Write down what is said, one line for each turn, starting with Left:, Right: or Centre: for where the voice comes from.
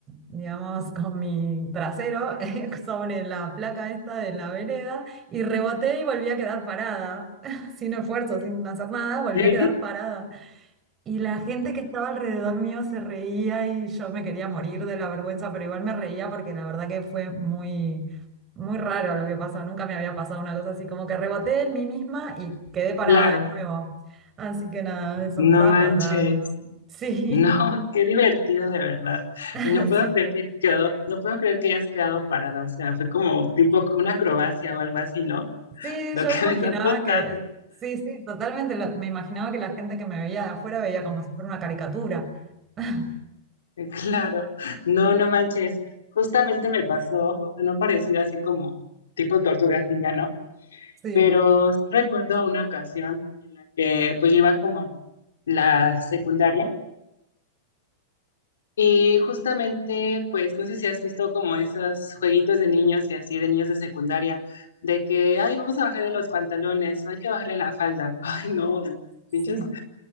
Right: digamos, <laughs> con mi trasero <laughs> eh, sobre la placa esta de la vereda y reboté y volví a quedar parada, <laughs> sin esfuerzo, sin hacer nada, volví
Left: ¿sí?
Right: a quedar parada. Y la gente que estaba alrededor mío se reía y yo me quería morir de la vergüenza, pero igual me reía porque la verdad que fue muy, muy raro lo que pasó. Nunca me había pasado una cosa así, como que reboté en mí misma y quedé parada
Left: Claro.
Right: de nuevo. Así que nada, eso
Left: No
Right: me estaba
Left: manches.
Right: acordando. Sí,
Left: No, <laughs> qué divertido de verdad.
Right: <laughs>
Left: Y no puedo
Right: sí,
Left: creer que hayas quedado, no puedo creer que hayas quedado parada. O sea, fue como tipo una acrobacia o algo así, ¿no?
Right: sí,
Left: Lo
Right: yo
Left: que
Right: me imaginaba
Left: me estás contando.
Right: que, sí, sí, totalmente, lo- me imaginaba que la gente que me veía de afuera veía como si fuera una caricatura. <laughs>
Left: <laughs> Eh, Claro, no, no manches. Justamente me pasó, o sea, no pareciera así como tipo tortuga así ya, ¿no?
Right: Sí,
Left: Pero sí recuerdo una ocasión en la que pues yo iba como en la secundaria y justamente pues no sé si has visto como esos jueguitos de niños y así de niños de secundaria de que, ay, vamos a bajarle los pantalones, hay que bajarle la falda. <laughs> Ay, no,
Right: sí.
Left: pinches,